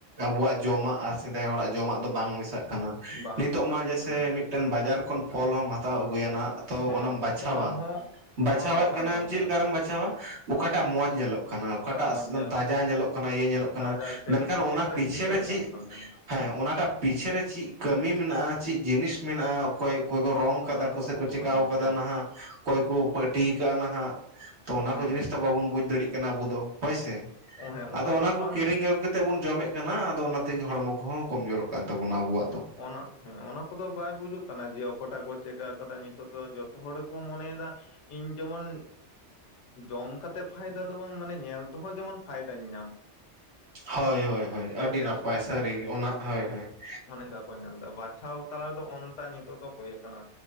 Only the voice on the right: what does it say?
ᱟᱵᱚᱣᱟᱜ ᱡᱚᱢᱟᱜ ᱟᱨ ᱥᱮᱫᱟᱭ ᱦᱚᱲᱟᱜ ᱡᱚᱢᱟᱜ ᱫᱚ ᱵᱟᱝ ᱢᱮᱥᱟᱜ ᱠᱟᱱᱟ,
ᱱᱤᱛᱚᱜ
ᱢᱟ ᱡᱮᱭᱥᱮᱼᱼ
ᱢᱤᱫᱴᱮᱱ ᱵᱟᱡᱟᱨ ᱠᱷᱚᱱ ᱯᱷᱚᱞ ᱦᱚᱢ ᱦᱟᱛᱟᱣ ᱟᱹᱜᱩᱭᱟ ᱱᱟᱜ ᱛᱚ
ᱚᱱᱟᱼᱼ ᱵᱟᱪᱷᱟᱣᱟ,
ᱵᱟᱪᱷᱟᱣᱮᱫ
ᱠᱟᱱᱟᱢ
ᱪᱮᱫ ᱞᱮᱠᱟᱨᱮᱢ
ᱵᱟᱪᱷᱟᱣᱟ ᱚᱠᱟᱴᱟᱜ ᱢᱚᱸᱡᱽ ᱧᱮᱞᱚᱜ ᱠᱟᱱᱟ ᱾ ᱚᱠᱟᱴᱟᱜ
ᱛᱟᱡᱟ ᱧᱮᱞᱚᱜ ᱠᱟᱱᱟ ᱤᱭᱟᱹ ᱧᱮᱞᱚᱜ ᱠᱟᱱᱟ
ᱢᱮᱱᱠᱷᱟᱱ ᱚᱱᱟ
ᱯᱤᱪᱷᱮ
ᱨᱮ ᱪᱤᱜᱼᱼ
ᱦᱮᱸ ᱚᱱᱟᱴᱟᱜ ᱯᱤᱪᱷᱮ ᱨᱮ ᱪᱤᱜ ᱠᱟᱹᱢᱤ ᱢᱮᱱᱟᱜᱼᱟ ᱪᱮᱫ ᱡᱤᱱᱤᱥ ᱢᱮᱱᱟᱜᱼᱟ, ᱚᱠᱚᱭ ᱚᱠᱚᱭ ᱠᱚ ᱨᱚᱝ ᱠᱟᱫᱟ
ᱠᱚ
ᱥᱮ
ᱠᱚ ᱪᱮᱠᱟᱣ
ᱟᱠᱟᱫᱼᱼ
ᱦᱟ ᱚᱠᱚᱭ ᱠᱩ ᱯᱟᱹᱴᱤᱣᱟ ᱠᱟᱜᱼᱟ ᱱᱟᱜ ᱛᱚ ᱚᱱᱟ
ᱠᱚ ᱡᱤᱱᱤᱥ ᱛᱚ ᱵᱟᱵᱚᱱ ᱵᱩᱡᱽ ᱫᱟᱹᱲᱤᱜ ᱠᱟᱱᱟ ᱟᱵᱩ ᱫᱚ ᱾ ᱦᱳᱭ ᱥᱮ,
ᱟᱫᱚ ᱚᱱᱟ
ᱠᱚ
ᱠᱤᱨᱤᱧ ᱟᱹᱜᱩ ᱠᱟᱛᱮᱫ ᱵᱚᱱ ᱡᱚᱢᱮᱫᱼᱼ ᱠᱟᱱᱟ ᱟᱫᱚ ᱚᱱᱟ ᱛᱮᱜᱮ ᱦᱚᱲᱢᱚ ᱠᱚᱦᱚᱸ ᱠᱚᱢ ᱡᱚᱨᱚᱜ ᱠᱟᱱ ᱛᱟᱵᱚᱱᱟ ᱟᱵᱚᱣᱟᱜ ᱫᱚ᱾
ᱦᱚᱭ ᱦᱚᱭ ᱦᱚᱭ ᱟᱹᱰᱤ
ᱱᱟᱯᱯᱟᱭ ᱥᱟᱹᱨᱤᱜᱮ ᱚᱱᱟ, ᱦᱚᱭ ᱦᱚᱭ ᱾